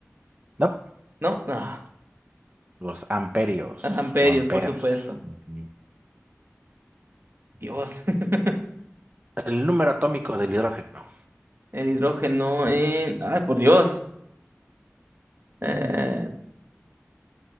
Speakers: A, on the right; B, on the right.
A: No,
B: ¿no? Ah.
A: los amperios
B: Ajá, Amperios,
A: o amperes.
B: por supuesto.
A: Ujú.
B: Dios, <laughs>
A: El número atómico del hidrógeno.
B: el hidrógeno en... Ay, por Dios. Eh,